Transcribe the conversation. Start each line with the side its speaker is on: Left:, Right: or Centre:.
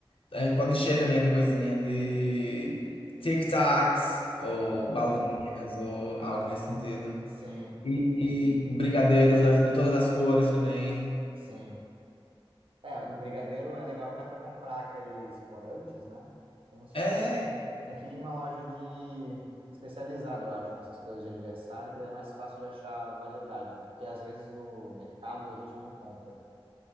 Left: A gente pode encher também de coisinha de tic-tacs ou
Right: Aham.
Left: balinhas ou algo nesse sentido.
Right: Sim,
Left: E, e brigadeiros da- de todas as cores também.
Right: sim. É, o brigadeiro é legal que dá para comprar aqueles corantes, né? Tem uns,
Left: É,
Right: tem que ir em uma loja de especializada, eu acho, nessas coisas de aniversário, que daí é mais fácil de achar variedade, né? Porque às vezes no mercado a gente não encontra.